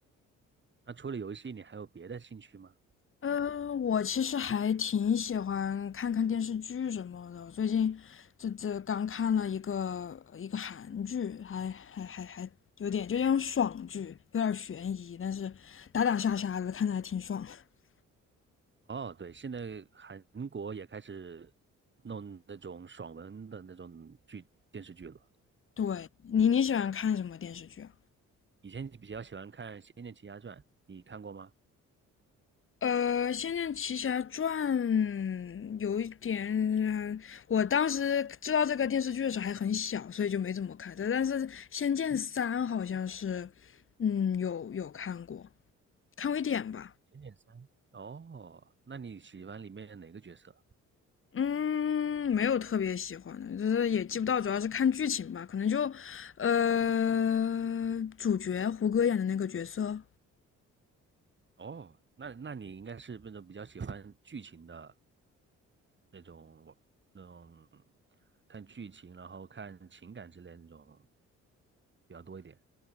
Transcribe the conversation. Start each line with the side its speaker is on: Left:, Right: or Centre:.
Right: 那除了游戏，你还有别的兴趣吗？
Left: 嗯，我其实还挺喜欢看看电视剧什么的。最近这这刚看了一个一个韩剧，还还还还有点就那种爽剧，有点悬疑，但是打打杀杀的，看着还挺爽。<laughs>
Right: 哦，对，现在韩国也开始弄那种爽文的那种剧电视剧了。
Left: 对，你你喜欢看什么电视剧啊？
Right: 以前比较喜欢看《仙剑奇侠传》，你看过吗？
Left: 呃，《仙剑奇侠传》有一点，嗯我当时知道这个电视剧的时候还很小，所以就没怎么看。但但是《仙剑三》好像是，嗯，有有看过。看微点吧，
Right: 仙剑三，哦，那你喜欢里面哪个角色？
Left: 嗯，没有特别喜欢的，就是也记不到，主要是看剧情吧，可能就，呃，主角胡歌演的那个角色，
Right: 哦，那那你应该是那种比较喜欢剧情的那种那种看剧情，然后看情感之类的那种比较多一点。